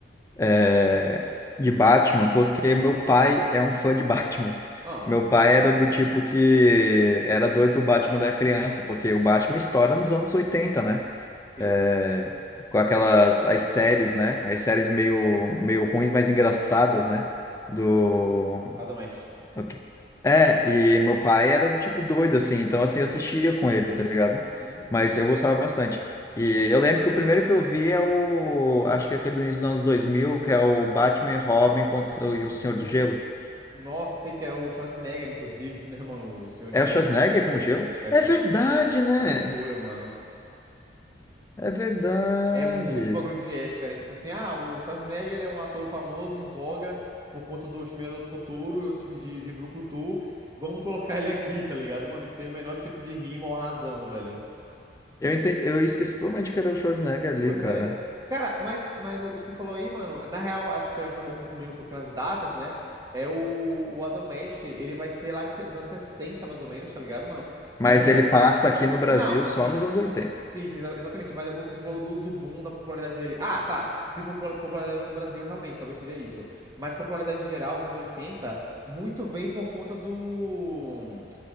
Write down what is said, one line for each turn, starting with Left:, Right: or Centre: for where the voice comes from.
Left: é, de Batman, porque meu pai é um fã de Batman.
Right: Ah, olha,
Left: Meu pai
Right: caraca.
Left: era do tipo que era doido pro Batman da criança, porque o Batman estoura nos anos 80, né?
Right: Sim,
Left: É, com aquelas as séries, né? As séries meio meio ruins, mas engraçadas, né? Do
Right: Adam West.
Left: O que- É, e meu pai era do tipo doido, assim, então
Right: Uhum,
Left: assim, eu assistia com ele, tá ligado?
Right: uhum,
Left: Mas eu gostava bastante. E eu lembro que o primeiro que eu vi é o. Acho que é aquele do início dos anos dois mil que é o Batman e Robin contra, o- e o Senhor do Gelo.
Right: uhum. Nossa, sei que era o Schwarzenegger, inclusive, <laughs> né, mano? O Senhor
Left: É
Right: Gelo.
Left: o Schwarzenegger como gelo?
Right: É,
Left: É
Right: Schwarzenegger.
Left: verdade, né?
Right: É loucura, mano.
Left: É verdade.
Right: É muito bagulho de época, né? Tipo assim, ah, o Schwarzenegger é um ator famoso em voga por conta do Exterminador do Futuro e outros filmes de, de brucutu. Vamos colocar <laughs> ele aqui, tá ligado, mano? Sem o menor tipo de rima ou razão, velho.
Left: Eu entendi, eu esqueci totalmente que era o Schwarzenegger ali,
Right: Pois
Left: cara.
Right: é. Cara, mas, mas o que você falou aí, mano, na real, acho que você acabou confundindo um pouquinho as datas, né? É o, o Adam West, ele vai ser lá de se- dos anos 60, mais ou menos, tá ligado, mano?
Left: Mas
Right: E vai ser,
Left: ele passa aqui no Brasil
Right: Não,
Left: só
Right: sim.
Left: nos anos oitenta
Right: Sim, sim, exa- exatamente. Mas o que você falou do, do boom da popularidade dele. Ah, tá. Se for popu- popularidade no Brasil, realmente, talvez seja isso. Mas popularidade em geral, nos anos 80, muito veio por conta do.